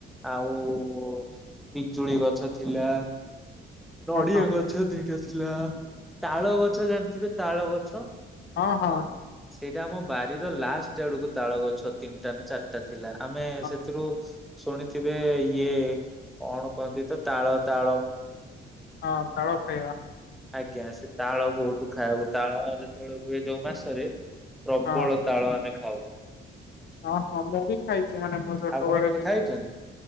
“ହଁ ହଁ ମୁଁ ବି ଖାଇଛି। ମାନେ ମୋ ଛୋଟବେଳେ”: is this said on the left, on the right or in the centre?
Left